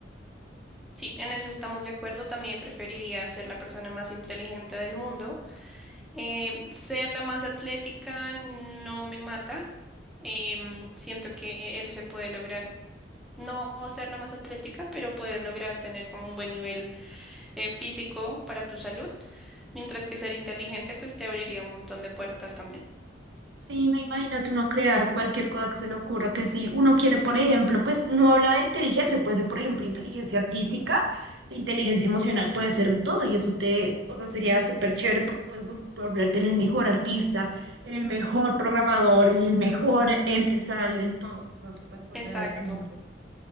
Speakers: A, in the centre; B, on the right.
A: Sí, en eso estamos de acuerdo. También preferiría ser la persona más inteligente del mundo. Eh, ser la más atlética no me mata. Em, siento que eso se puede lograr. No ser la más atlética, pero puedes lograr tener como un buen nivel eh, físico para tu salud. Mientras que ser inteligente, pues te abriría un montón de puertas también.
B: Sí, no imagínate uno crear cualquier cosa que se le ocurra, que si uno quiere, por ejemplo, pues no habla de inteligencia, puede ser, por ejemplo, inteligencia artística, inteligencia emocional, puede ser de todo, y eso te, o sea, sería súper chévere porque puedes bus- volverte en el mejor artista, en el mejor programador, en el mejor empresario, en todo, o sea, te puedes volver
A: Exacto,
B: el mejor.